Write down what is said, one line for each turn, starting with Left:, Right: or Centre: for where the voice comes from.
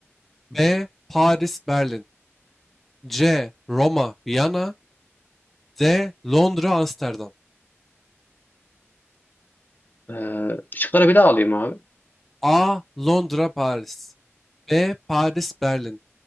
Centre: B. Paris, Berlin. C. Roma, Viyana. D. Londra, Amsterdam.
Left: Ee, şıkları bir daha alayım abi.
Centre: A. Londra, Paris. B. Paris, Berlin.